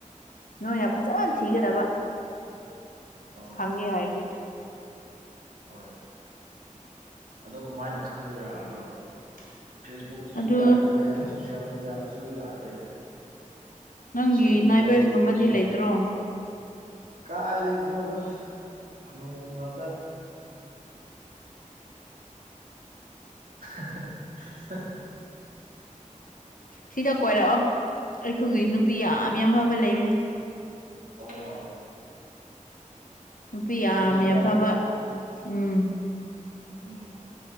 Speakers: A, on the left; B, on the right.
A: ꯅꯣꯏꯅ ꯐꯖꯅ ꯊꯤꯒꯗꯕ
B: ꯑꯣ
A: ꯐꯪꯒꯦ ꯍꯥꯏꯔꯗꯤ
B: ꯍꯣꯏ ꯑꯗꯣ ꯀꯃꯥꯏꯅ ꯈꯪꯗꯣꯏꯔ ꯑꯗꯣ ꯐꯦꯁꯕꯨꯛꯇꯁꯨ
A: ꯑꯗꯨ
B: ꯌꯥꯗꯦ ꯁꯣꯁꯤꯌꯦꯜ ꯃꯦꯗꯤꯌꯥꯗꯁꯨ ꯌꯥꯗꯦ
A: ꯅꯪꯒꯤ
B: ꯁ꯭ꯀꯨꯜꯗ
A: ꯅꯥꯏꯕꯔꯁꯒꯨꯝꯕꯗꯤ
B: ꯌꯦꯡꯕꯁꯨ
A: ꯂꯩꯇ꯭ꯔꯣ
B: ꯌꯥꯗꯦ ꯀꯥꯏꯗꯒꯤꯅꯣꯗ ꯍꯅꯨꯉꯇꯥ ꯍꯥꯍꯥꯍꯥ
A: ꯁꯤꯗ ꯀꯣꯏꯔꯛꯑꯣ ꯑꯩꯈꯣꯏꯒꯤ ꯅꯨꯄꯤ ꯌꯥꯝ ꯌꯥꯝ ꯑꯐꯕ ꯂꯩꯕꯅꯦ
B: ꯑꯣ
A: ꯅꯨꯄꯤ ꯌꯥꯝ
B: ꯑꯗꯨꯁꯨ
A: ꯌꯥꯝ
B: ꯌꯥꯏ
A: ꯐꯕ ꯎꯝ
B: ꯎꯝ